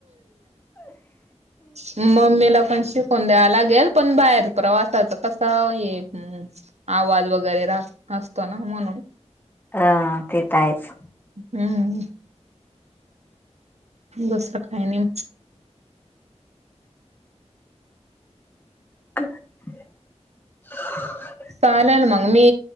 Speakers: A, on the right (about 65°); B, on the left (about 15°).
A: हं मम्मीला पण शिकून द्यावा लागेल पण बाहेर प्रवासाच कसं हे आवाज वगैरे रा असतो ना म्हणून
B: अं तेेत आहेच.
A: हम्म दुसरं काय नाही.
B: <unintelligible>
A: चालल मंग मी